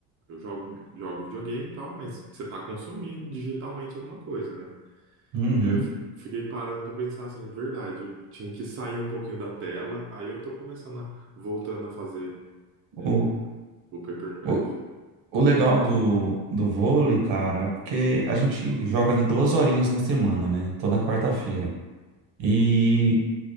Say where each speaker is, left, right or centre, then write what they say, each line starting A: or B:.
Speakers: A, on the right (about 35°); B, on the right (about 60°).
A: Eu jogo, jogo videogame e tal, mas você tá consumindo digitalmente alguma coisa, né?
B: uhum.
A: E aí eu fi- fiquei parando pra pensar assim, verdade, eu tinha que sair um pouquinho da tela, aí eu tô começando a, voltando a fazer é,
B: O,
A: o papercraft.
B: o, o legal do, do vôlei, cara, é porque a gente joga ali duas horinhas na semana, né? Toda quarta-feira. E